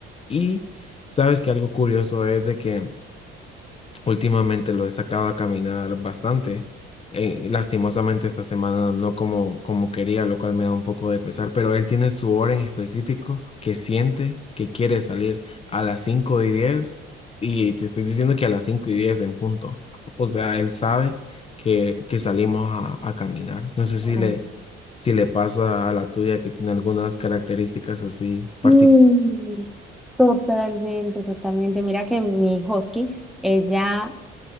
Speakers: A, on the left; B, in the centre.
A: Y sabes que algo curioso es de que Últimamente lo he sacado a caminar bastante. Eh, lastimosamente esta semana no como, como quería, lo cual me da un poco de pesar, pero él tiene su hora en específico que siente que quiere salir a las 5 y 10 y te estoy diciendo que a las 5 y 10 en punto. O sea, él sabe que, que salimos a, a caminar. No sé si
B: Oh,
A: le, si le pasa a la tuya que tiene algunas características así particulares.
B: mm, Totalmente, totalmente. Mira que mi husky, ella